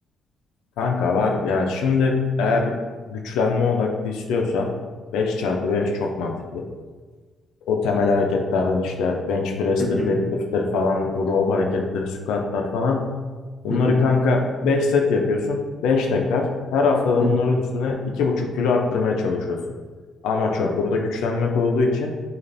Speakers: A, on the left; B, on the right.
A: Kanka var ya şimdi eğer güçlenme odaklı istiyorsan beş çarpı beş çok mantıklı. O temel hareketlerden işte bench press'tir,
B: Hı hı.
A: deadlift'tir falan bu row hareketleri, squat'lar falan. Bunları
B: Hı hı.
A: kanka 5 set yapıyorsun. beş tekrar. Her haftada
B: Hı
A: bunların
B: hı.
A: üstüne iki buçuk kilo arttırmaya çalışıyorsun. Amaç o. Burada güçlenmek olduğu için